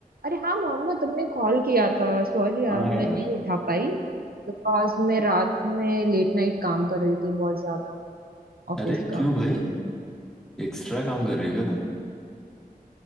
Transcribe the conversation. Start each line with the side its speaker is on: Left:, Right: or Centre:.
Right: अरे हाँ मोहम्मद तुमने कॉल किया था सॉरी यार
Centre: हाँ
Right: मैं
Centre: यार
Right: नहीं उठा पाई बिकॉज मैं रात में लेट नाइट काम कर रही थी बहुत ज्यादा ऑफिस
Centre: अरे क्यों
Right: का
Centre: भाई एक्स्ट्रा काम कर रही हो क्या तुम